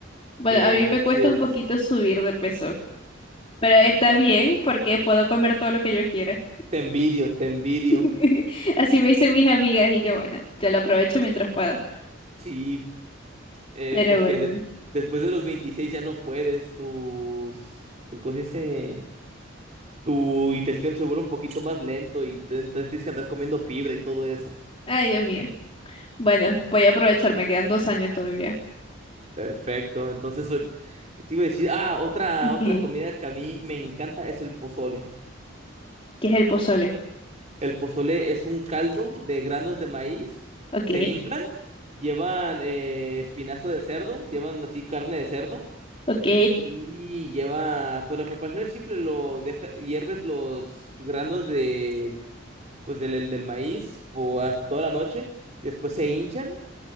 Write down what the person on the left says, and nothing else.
Bueno,
a mí
me cuesta un poquito subir de peso. Pero está bien porque puedo comer todo lo que yo quiera.
<laughs> Así me dicen mis amigas y yo, bueno, yo lo aprovecho mientras pueda.
Pero
bueno,
ay Dios mío. Bueno, voy a aprovechar, me quedan dos años todavía.
ok
¿Qué
es el pozole?
Ok,
ok.